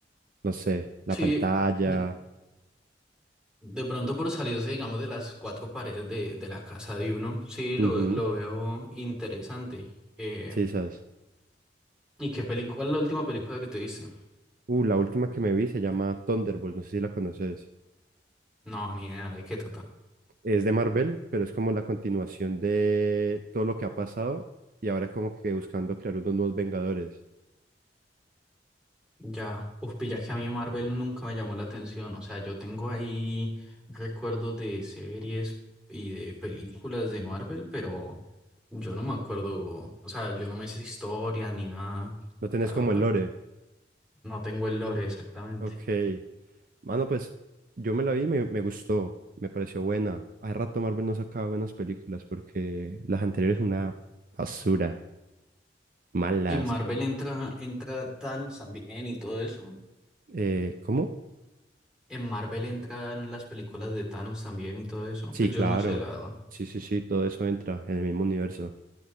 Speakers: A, on the right (about 50°); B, in the centre.
A: No sé, la
B: Sí,
A: pantalla.
B: de, de pronto por salirse, digamos, de las cuatro paredes de, de la casa de uno, sí,
A: Ujú.
B: lo, lo veo interesante. Eh,
A: Sí, sabes.
B: ¿y qué película, cuál es la última película que te dice?
A: Uh, la última que me vi se llama Thunderbolt. No sé si la conoces.
B: No, ni idea de qué trata.
A: Es de Marvel, pero es como la continuación de todo lo que ha pasado y ahora es como que buscando crear unos nuevos Vengadores.
B: Ya, uf, pilla que a mí Marvel nunca me llamó la atención. O sea, yo tengo ahí recuerdos de series y de películas de Marvel, pero yo no me acuerdo. O sea, yo no me sé historia ni nada,
A: No tenés
B: la verdad.
A: como el lore.
B: No tengo el lore exactamente.
A: Ok. Mano, pues yo me la vi y me, me gustó. Me pareció buena. Hace rato Marvel no sacaba buenas películas porque las anteriores una basura. malas.
B: Y en Marvel entra, entra Thanos también y todo eso.
A: Eh, ¿cómo?
B: En Marvel entran las películas de Thanos también y todo eso.
A: Sí,
B: Pues
A: claro.
B: yo no sé, la verdad.
A: Sí, sí, sí, todo eso entra en el mismo universo.